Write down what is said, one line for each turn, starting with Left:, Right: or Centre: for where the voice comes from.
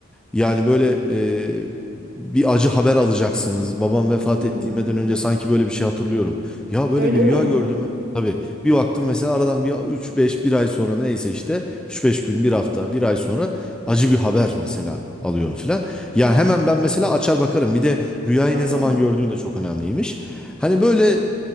Centre: yani böyle e, bir acı haber alacaksınız. Babam vefat
Right: Hı.
Centre: ettiğimden önce sanki böyle bir şey hatırlıyorum. Ya böyle
Right: Öyle
Centre: bir
Right: mi?
Centre: rüya
Right: Hı.
Centre: gördüm. Tabii bir baktım mesela aradan bir 3-5 bir ay sonra neyse işte 3 beş gün bir hafta bir ay sonra acı bir haber mesela alıyorum filan. Ya hemen ben mesela açar bakarım. Bir de rüyayı
Right: Aa.
Centre: ne zaman gördüğün de çok önemliymiş. Hani böyle